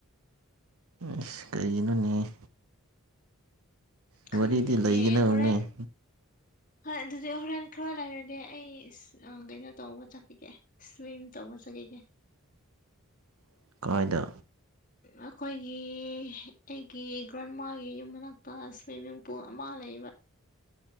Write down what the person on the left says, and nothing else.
ꯈꯪꯗ꯭ꯅꯦ
ꯍꯣꯔꯦꯟ ꯍꯣꯏ ꯑꯗꯨꯗꯤ ꯍꯣꯔꯦꯟ ꯈꯔ ꯂꯩꯔꯗꯤ ꯑꯩ ꯀꯩꯅꯣ ꯇꯧꯕ ꯆꯠꯈꯤꯒꯦ ꯁ꯭ꯋꯤꯝ ꯇꯧꯕ ꯆꯠꯈꯤꯒꯦ
ꯑꯩꯈꯣꯏꯒꯤ ꯑꯩꯒꯤ ꯒ꯭ꯔꯥꯟꯃꯥꯒꯤ ꯌꯨꯝ ꯃꯅꯥꯛꯇ ꯁ꯭ꯋꯤꯝꯃꯤꯡ ꯄꯨꯜ ꯑꯃ ꯂꯩ <inaudible>